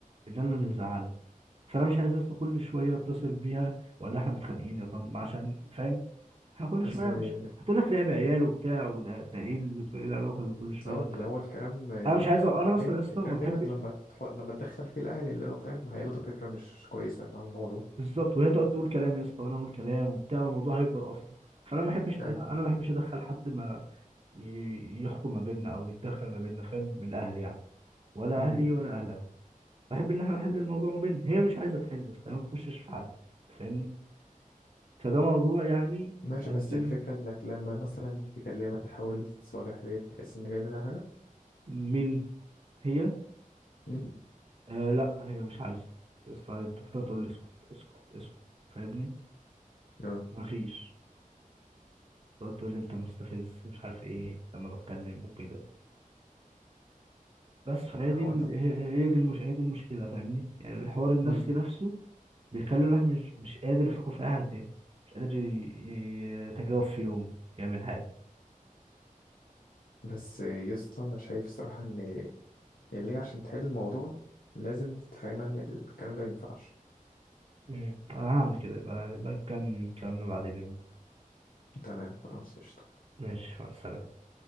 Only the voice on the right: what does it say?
ان انا اللي
مزعلها فانا مش عايز لسه كل شويه اتصل بيها ولا احنا متخانقين يا طن عشان فاهم احنا كل
شويه مش هتقول لك لعب عيال وبتاع وده ده ايه اللي- إيه العلاقه اللي كل شويه
تخانق
انا مش عايز أ- انا
اصلا
لسه
ما
بحبش
بالظبط وهي تقعد تقول كلام يا اسطى وانا اقول كلام وبتاع والموضوع هيكبر اصلا فانا ما بحبش
انا انا ما بحبش ادخل حد ما ي- يحكم ما بيننا او يتدخل ما بيننا فاهم من اهلي يعني ولا
اهلي ولا اهلها بحب ان احنا نحل الموضوع ما بيننا هي مش عايزه تحل يا اسطى هي ما تخشش في حل فاهمني فده موضوع يعني
مأزمني
مين هي
آه لا هي مش عايزه بس هي بتفضل تقول لي اسكت اسكت اسكت فاهمني
مفيش تقعد تقول لي انت مستفز مش عارف ايه لما بتكلم وكده بس فهي
دي ال...
هي هي دي المش... هي دي المشكله فاهمني يعني الحوار النفسي
نفسه بيخلي الواحد مش مش قادر يفكر في اي حاجه تاني مش قادر ي- يتجاوب في يومه يعمل حاجه
امم انا هعمل كده يبقى يبقى نكمل كلامنا بعدين يوم
ماشي مع السلامه